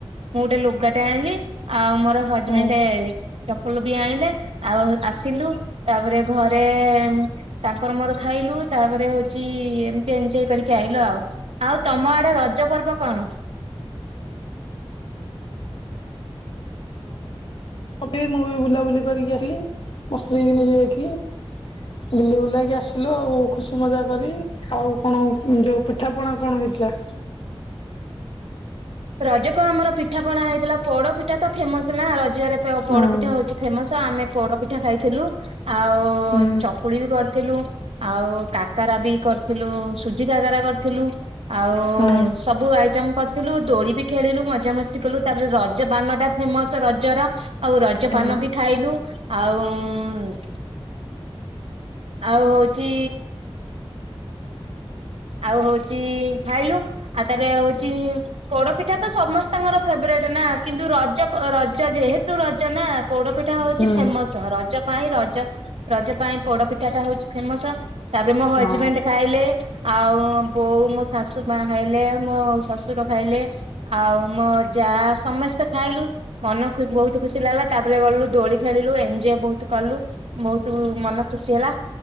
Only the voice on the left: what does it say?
ହୁଁ
ଟ ମୁଁ ବି ବୁଲାବୁଲି କରିକି ଆସିଲି ମୋ ସ୍ତ୍ରୀ କୁ ନେଇକି ଯାଇଥିଲି। ବୁଲି ବୁଲେଇକି ଆସିଲୁ ଆଉ ଖୁସି ମଜା କରି। ଆଉ କଣ ଯୋଉ ପିଠାପଣା କଣ ହେଇଥିଲା?
ହୁଁ।
ହୁଁ
ହୁଁ
ହୁଁ
ହୁଁ ହୁଁ
ହଁ।